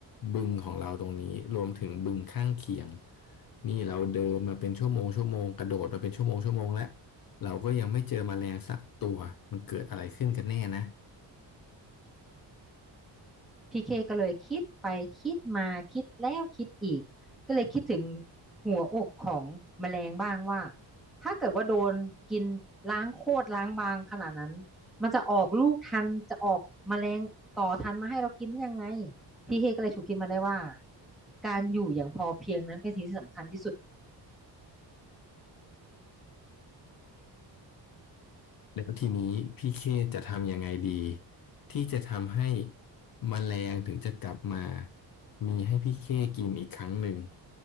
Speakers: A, on the left; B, in the centre.
A: บึงของเราตรงนี้รวมถึงบึงข้างเคียงนี่เราเดินมาเป็นชั่วโมงชั่วโมงกระโดดมาเป็นชั่วโมงชั่วโมงแล้วเราก็ยังไม่เจอแมลงสักตัวมันเกิดอะไรขึ้นกันแน่นะ
B: พี่เคก็เลยคิดไปคิดมาคิดแล้วคิดอีกก็เลยคิดถึงหัวอกของแมลงบ้างว่าถ้าเกิดว่าโดนกินล้างโคตรล้างบางขนาดนั้นมันจะออกลูกทันจะออกแมลงต่อทันมาให้เรากินได้ยังไงพีเคก็เลยฉุกคิดมาได้ว่าการอยู่อย่างพอเพียงนั้นเป็นสิ่งที่สำคัญที่สุด
A: แล้วทีนี้พี่เคจะทำยังไงดีที่จะทำให้แมลงถึงจะกลับมามีให้พี่เคกินอีกครั้งหนึ่ง